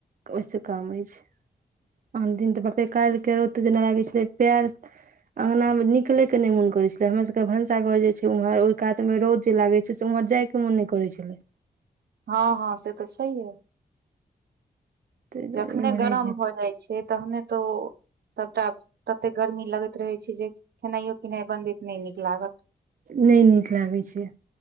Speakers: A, on the right; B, on the right.
A: ओहिसँ काम अछि। आन दिन तऽ बाप रे काल्हिके रौद तऽ जेना लागै छलै पएर अङ्गनामे निकलयके नहि मोन करै छलै। हमरा सभके भनसाघर जे छै ओम्हर, ओहि कातमे रौद जे लागै छै, से ओम्हर जायके मोन नहि करै छलै।
B: हँ हँ, से तऽ छैहे।
A: ताहि दुआरे
B: जखने
A: इम्हरे
B: गरम भऽ जाइ छै, तखने तऽ ओ सभटा ततेक गर्मी लगैत रहै छै जे खेनाइयो-पिनाइ बनबैत नहि नीक लागत।
A: नहि नीक लागै छै।